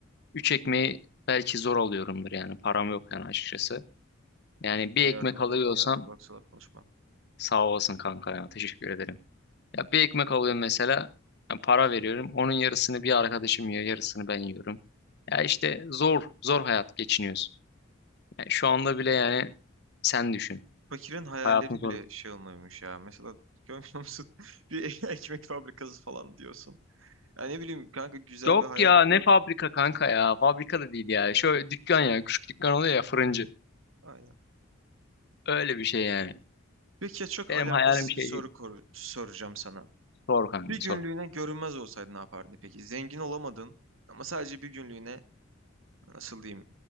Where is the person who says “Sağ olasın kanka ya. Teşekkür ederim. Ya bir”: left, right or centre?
Left